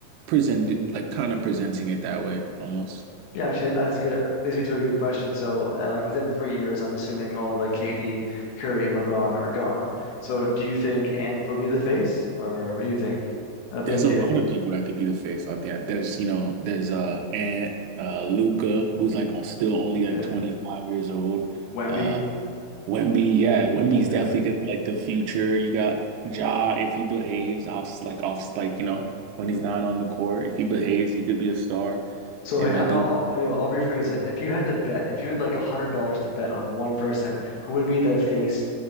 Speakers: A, on the right (about 80°); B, on the left (about 80°).
A: presented like kind of presenting it that way almost.
B: Yeah, actually, that's a good leads me to a good question. So, uh, like within three years, I'm assuming all of like KD, Curry, and LeBron are gone. So, do you think Ant will be the face, or who do you think of
A: There's
B: the NBA?
A: a lot of people that could be the face of that. There's, you know, there's uh Ant uh Luca who's like on- still only like
B: Yeah,
A: 25 years old.
B: Wemby.
A: Uh, Wemby, yeah, Wemby's
B: Yeah.
A: definitely gonna be like the future. You got Ja if he behaves off like off like you know when he's not on the court. If he behaves, he could be a star
B: So,
A: and
B: hey,
A: like
B: I'll,
A: be
B: I'll, you know, I'll rephrase it. If you had to bet, if you had like a hundred dollars to bet on one person, who would be the face